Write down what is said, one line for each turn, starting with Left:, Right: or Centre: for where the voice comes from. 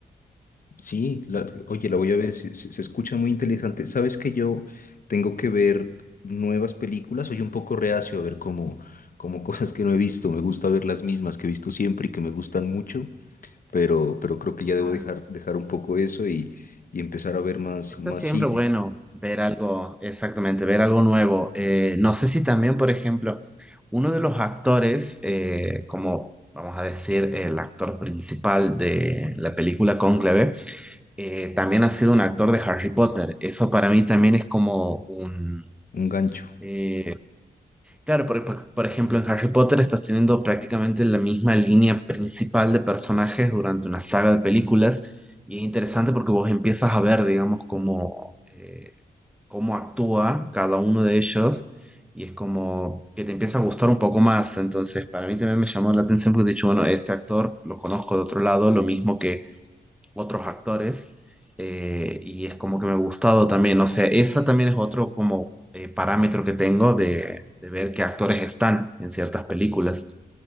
Left: Sí, la- oye, la voy a ver, se, se- se escucha muy interesante. Sabes que yo tengo que ver nuevas películas, soy un poco reacio a ver como, como <laughs> cosas que no he visto, me gusta ver las mismas que he visto siempre y que me gustan mucho, pero, pero creo que ya
Centre: Claro.
Left: debo dejar, dejar un poco eso y, y empezar a ver más,
Centre: Está
Left: más
Centre: siempre
Left: cine,
Centre: bueno ver algo, exactamente, ver algo nuevo. Eh, no sé si también, por ejemplo, uno de los actores, eh, como vamos a decir, el actor principal de la película Cónclave, eh, también ha sido un actor de Harry Potter. Eso para mí también es como un...
Left: un gancho.
Centre: eh, claro, por, por por ejemplo, en Harry Potter estás teniendo prácticamente la misma línea principal de personajes durante una saga de películas. Y es interesante porque vos empiezas a ver, digamos, como... eh, cómo actúa cada uno de ellos y es como que te empieza a gustar un poco más. Entonces, para mí también me llamó la atención porque he dicho, bueno, este actor lo conozco de otro lado, lo mismo que otros actores, eh, y es como que me ha gustado también. O sea, esa también es otro como eh, parámetro que tengo de, de ver qué actores están en ciertas películas.